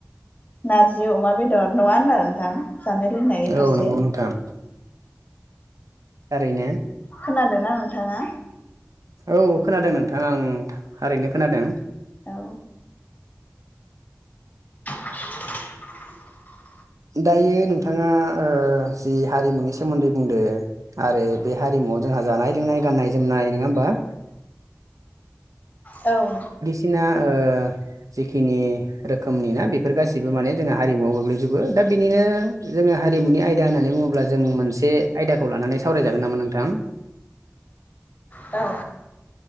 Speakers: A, on the left; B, on the right.
A: नारजि अमा बेद नङा होनबा नोंथां जानाय लोंनायनि
B: औ
A: फारसे
B: नंगौ नोंथां थारैनो
A: खोनादोंना नोंथाङा
B: औ खोनादों नोंथां आं थारैनो खोनादों।
A: औ <inaudible>
B: दायो नोंथाङा ओ जि हारिमुनि सोमोन्दै बुंदो आरो बे हारिमुआव जोंहा जानाय लोंनाय गान्नाय जोमनाय नोङा होमबा
A: औ
B: फिना ओ जिखिनि रोखोमनि ना बेफोर गासिबो माने जोंना हारिमुयाव गोग्लैजोबो दा बिनिनो जोङो हारिमुनि आयदा होननानै बुङोब्ला जों मोनसे आयदाखौ लानानै सावरायजागोन नामा नोंथां
A: औ